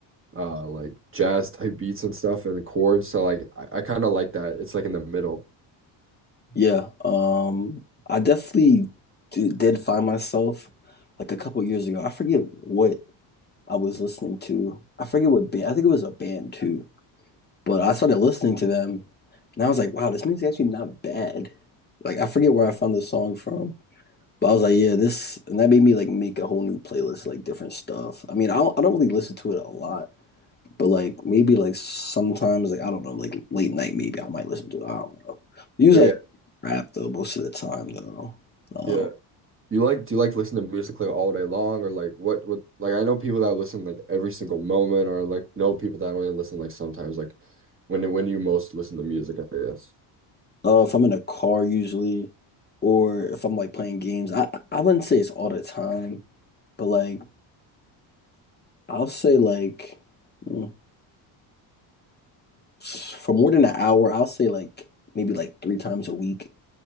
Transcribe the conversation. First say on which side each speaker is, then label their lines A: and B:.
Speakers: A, on the right; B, on the left.
A: uh like jazz type beats and stuff and the chords. So like I, I kind of like that. It's like in the middle.
B: Yeah, um, I definitely d did find myself like a couple years ago. I forget what I was listening to. I forget what band. I think it was a band too. But I started listening to them, and I was like, "Wow, this music's actually not bad." Like I forget where I found the song from, but I was like, "Yeah, this," and that made me like make a whole new playlist, like different stuff. I mean, I don't, I don't really listen to it a lot, but like maybe like sometimes, like I don't know, like late night, maybe I might listen to it. I don't know. Usually,
A: Yeah,
B: I rap though most of the time though. Um,
A: yeah. You like do you like listen to music like all day long or like what what like I know people that listen like every single moment or like know people that only listen like sometimes like when when you most listen to music, I guess.
B: uh, if I'm in a car usually, or if I'm like playing games, I I wouldn't say it's all the time, but like I'll say like mm, for more than an hour, I'll say like maybe like three times a week.